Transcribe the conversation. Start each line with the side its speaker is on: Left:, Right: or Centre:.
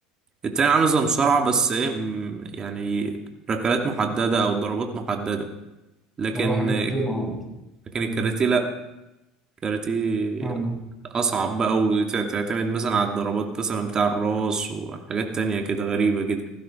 Right: التاني عامل زي مصارعة بس ايه م- يعني ركلات محددة او ضربات محددة لكن
Centre: اه حاجات مع
Right: لكن
Centre: مم.
Right: الكاراتيه لا كاراتيه
Centre: فاهمة
Right: أصعب بقى وتعتمد مثلا على الضربات مثلا بتاع الراس وحاجات تانية كده غريبة كده